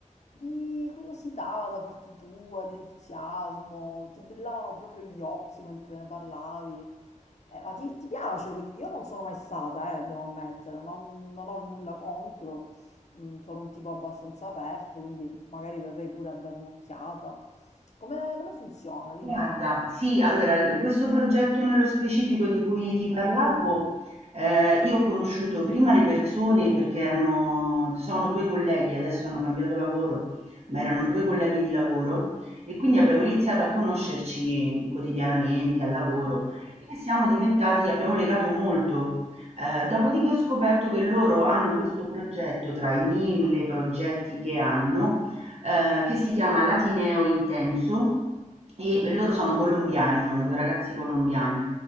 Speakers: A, on the left; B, on the right.
A: di curiosità da parte tua, di entusiasmo, ti brillavano proprio gli occhi mentre ne parlavi. Eh, ma ti, ti piace? Quindi io non sono mai stata, eh, devo ammettere, non, non ho nulla contro, mm, sono un tipo abbastanza aperto, quindi magari verrei pure a dare un'occhiata. Come, come funziona? Dimmi,
B: Guarda,
A: dimmi.
B: sì, allora l questo progetto nello specifico di cui ti parlavo, ehm, io ho conosciuto prima le persone perché erano sono 2 colleghi, adesso hanno cambiato lavoro, ma erano 2 colleghi di lavoro e quindi abbiamo iniziato a conoscerci quotidianamente al lavoro e siamo diventati abbiamo legato molto. Ehm, dopodiché ho scoperto che loro hanno questo progetto tra i 1000 progetti che hanno, ehm, che si chiama Latineo Intenso e loro sono colombiani, sono due ragazzi colombiani